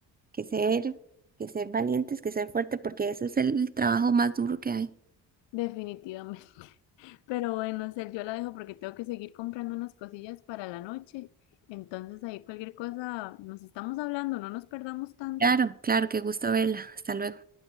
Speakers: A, on the right; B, on the left.
A: que ser, que ser valientes, que ser fuerte, porque eso es el trabajo más duro que hay.
B: Definitivamente. <laughs> Pero bueno, Cel, yo la dejo porque tengo que seguir comprando unas cosillas para la noche. Entonces ahí cualquier cosa, nos estamos hablando, no nos perdamos tanto.
A: Claro, claro, qué gusto verla. Hasta luego.